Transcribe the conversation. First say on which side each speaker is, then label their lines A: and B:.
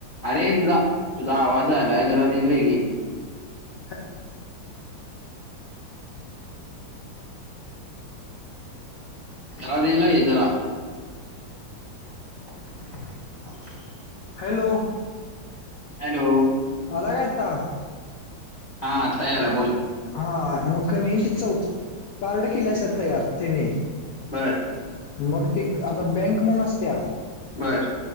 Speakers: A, on the left; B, on the left.
A: अरे तुझा तुझा आवाज जायल्याय जरा रेंजला ये.
B: <unintelligible>
A: जरा रेंज ला ये जरा. <unintelligible>
B: हॅलो?
A: हॅलो?
B: आला काय आता.
A: हा आता यायला बोल.
B: हा. मग कणी ति चौथ कार्ड केलेली असतात तयार त्यांनी.
A: बरं.
B: मग ती आता बँक म्हणून असत्या.
A: बरं.